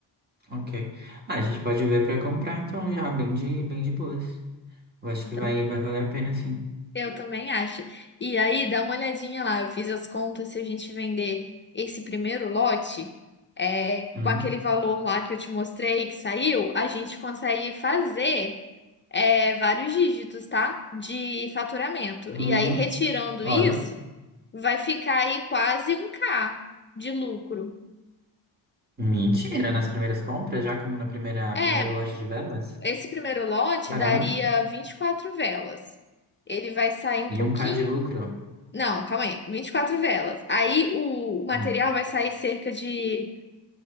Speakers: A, on the right; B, on the left.
A: ok. Ah, a gente pode ver pra comprar, então, já, bem de, bem de boas. Eu acho
B: Então,
A: que vai, vai valer a pena, sim.
B: eu também acho. E aí, dá uma olhadinha lá, eu fiz as contas, se a gente vender esse primeiro lote, é,
A: Hum,
B: com aquele valor lá que eu te mostrei, que saiu, a gente consegue fazer, é, vários dígitos, tá? De faturamento.
A: hum,
B: E aí, retirando
A: olha,
B: isso, vai ficar aí quase um k de lucro.
A: mentira, nas primeiras compras, já como na primeira,
B: É,
A: primeiro lote de velas?
B: Esse primeiro lote
A: Caramba,
B: daria 24 velas. Ele vai sair um
A: e
B: pouquinho.
A: um K de lucro?
B: Não, calma aí. 24 velas. Aí o, o material
A: Hum,
B: vai sair cerca de